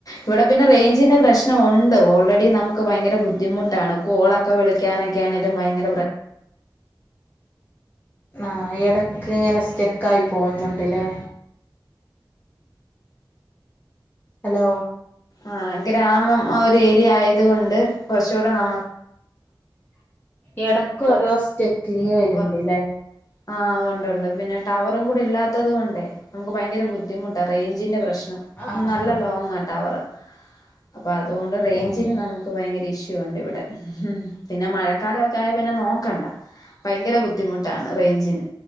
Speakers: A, on the left (about 45°); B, on the left (about 25°).
A: ഇവിടെ പിന്നെ റെയ്ഞ്ചിന്റെ പ്രശ്നൊ ഒണ്ട് ഓൾറെഡി നമുക്ക് ഭയങ്കര ബുദ് ദ്ധിമുട്ടാണ് കോളൊക്കെ വിളിക്കാനൊക്കെയാണേലും ഭയങ്കര പ്ര
B: ആഹ് എടക്ക് ഇങ്ങനെ സ്റ്റെക്കായി പോകുന്നുണ്ട്ല്ലേ. ഹലോ..
A: ആഹ് ഗ്രാമം ഒരു ഏരിയ ആയത് കൊണ്ട് കൊർച്ചുകൂടെ നമുക്
B: ഇടക്ക് ഓരോ സ്റ്റെക്കിങ്ങ് വര്ണ്ട്
A: അവർ
B: ല്ലേ.
A: ആഹ് ഉണ്ട് ഉണ്ട് പിന്നെ ടവറും കൂടി ഇല്ലാത്തതും കൊണ്ട്.. നമുക്ക് ഭയങ്കര ബുദ്ധിമുട്ടാ റേഞ്ചിന്റെ പ്രശ്നം
B: ആഹ്
A: നല്ല
B: ആഹ്
A: ലോങ് ആ ടവറ്. അപ്പൊ അതുകൊണ്ട് റേഞ്ചിന്
B: ഏഹ്
A: നമ ഭയങ്കര ഇഷ്യൂ ഉണ്ട് ഇവിടെ ഉം പിന്നെ മഴക്കാലമൊക്കെ ആയ പിന്നെ നോക്കണ്ട ഭയങ്കര ബുദ്ധിമുട്ടാണ് റേഞ്ചിന്.